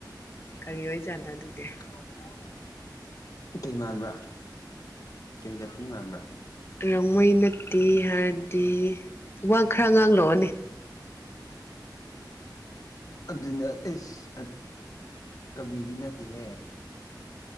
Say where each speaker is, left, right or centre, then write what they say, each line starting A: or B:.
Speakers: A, on the left; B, on the left.
A: ꯀꯔꯤ ꯑꯣꯏꯖꯥꯠꯅꯣ ꯑꯗꯨꯗꯤ
B: <unintelligible> ꯀꯩ ꯃꯥꯟꯕ꯭ꯔꯥ ꯀꯩ ꯖꯥꯇꯤ ꯃꯥꯟꯕ꯭ꯔꯥ
A: ꯔꯪꯡꯃꯩ ꯅꯠꯇꯦ ꯍꯥꯏꯔꯗꯤ ꯋꯥ ꯈꯔ ꯉꯥꯡꯂꯛꯑꯣꯅꯦ
B: ꯑꯗꯨꯅꯦ ꯑꯦꯁ ꯀꯕꯨꯏꯗꯤ ꯅꯠꯇꯦꯍꯦ